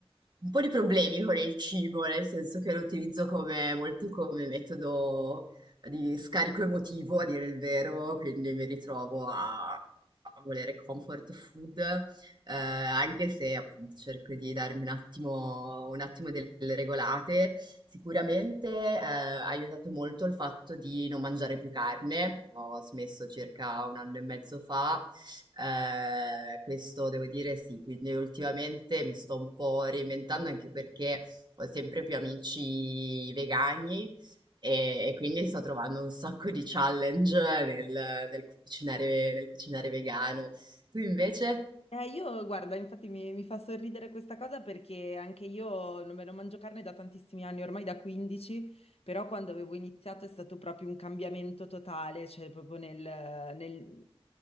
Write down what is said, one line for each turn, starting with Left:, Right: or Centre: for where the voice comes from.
Right: un po' di problemi con il cibo, nel senso che lo utilizzo come, molto come metodo di scarico emotivo, a dire il vero, quindi mi ritrovo a, a volere comfort food, eh, anche se appunto cerco di darmi un attimo, un attimo delle regolate. Sicuramente eh, ha aiutato molto il fatto di non mangiare più carne, ho smesso circa un anno e mezzo fa eh, questo devo dire sì, quindi ultimamente mi sto un po' reinventando anche perché ho sempre più amici vegani e, e quindi sto trovando un sacco di challenge nel, nel cucinare, nel cucinare vegano. Tu invece?
Left: Eh, io, guarda, infatti mi, mi fa sorridere questa cosa perché anche io non me lo mangio carne da tantissimi anni, ormai da 15, però quando avevo iniziato è stato proprio un cambiamento totale, cioè proprio nel, nel-